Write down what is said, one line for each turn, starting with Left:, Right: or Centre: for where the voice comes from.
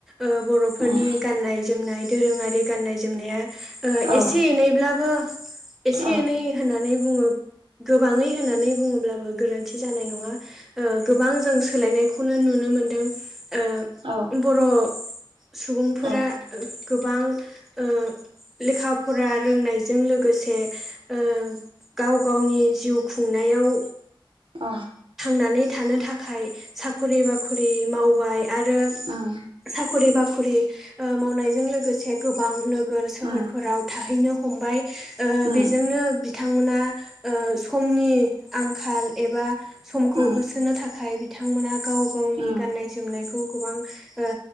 Centre: ओ बर'फोरनि
Right: उम
Centre: गाननाय जोमनाय दोरोङारि गाननाय जोमनाया। ओ
Right: औ
Centre: एसे एनैब्लाबो एसे
Right: औ
Centre: एनै होननानै बुङो गोबाङै होननानै बुङोब्लाबो गोरोनथि जानाय नङा गोबां जों सोलायनायखौनो नुनो मोनदों ओ
Right: औ
Centre: बर' सुबुंफोरा
Right: अ
Centre: गोबां ओ लेखा फरा रोंनायजों लोगोसे ओ गाव गावनि जिउ खुंनायाव
Right: अ
Centre: नानै थानो थाखाय साख'रि बाख'रि मावबाय आरो
Right: उम
Centre: साख'रि बाख'रि खुरि ओ मावनायजों लोगोसे गोबां नोगोर सोहोरफोराव
Right: उम
Centre: थाहैनो हमबाय ओ
Right: उम
Centre: बेजोंनो बिथांमोना समनि आंखाल एबा समखौ
Right: उम
Centre: होसोनो थाखाय बिथांमोना गाव गावनि
Right: उम
Centre: गाननाय-जोमनायखौ गोबां ओ